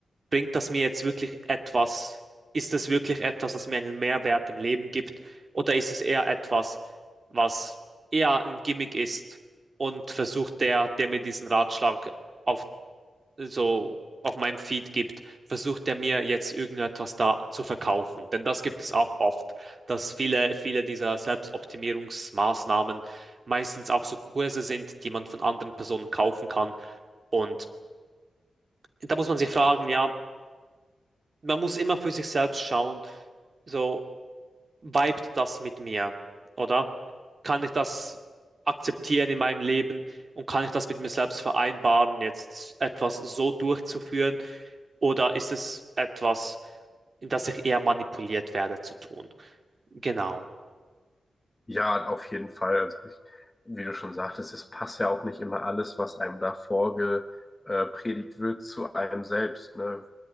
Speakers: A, on the right; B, on the left.
A: bringt das mir jetzt wirklich etwas? Ist das wirklich etwas, das mir einen Mehrwert im Leben gibt? Oder ist es eher etwas, was eher ein Gimmick ist und versucht der, der mir diesen Ratschlag auf, so auf meinem Feed gibt, versucht der mir jetzt irgendetwas da zu verkaufen? Denn das gibt es auch oft, dass viele, viele dieser Selbstoptimierungsmaßnahmen meistens auch so Kurse sind, die man von anderen Personen kaufen kann und da muss man sich fragen, ja, man muss immer für sich selbst schauen, so vibet das mit mir, oder? Kann ich das akzeptieren in meinem Leben und kann ich das mit mir selbst vereinbaren, jetzt etwas so durchzuführen, oder ist es etwas, in das ich eher manipuliert werde zu tun? Genau.
B: Ja, auf jeden Fall. Also ich, wie du schon sagtest, es passt ja auch nicht immer alles, was einem da vorgepredigt äh, predigt wird, zu einem selbst. Ne?